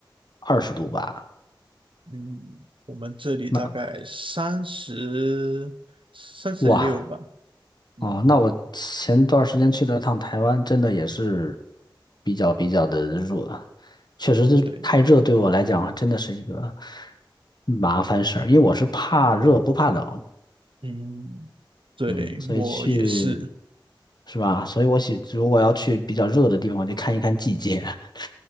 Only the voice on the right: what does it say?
嗯，我们这里大概三十三十六吧。
嗯，
对，
嗯，对，
我也是，